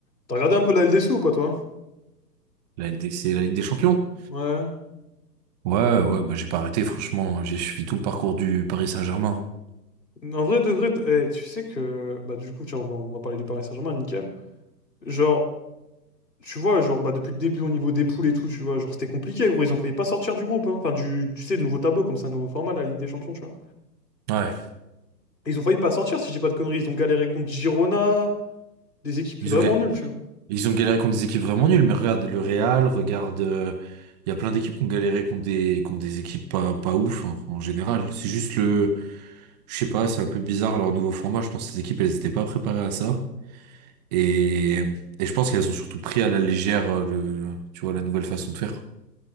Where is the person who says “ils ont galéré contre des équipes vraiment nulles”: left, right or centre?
Right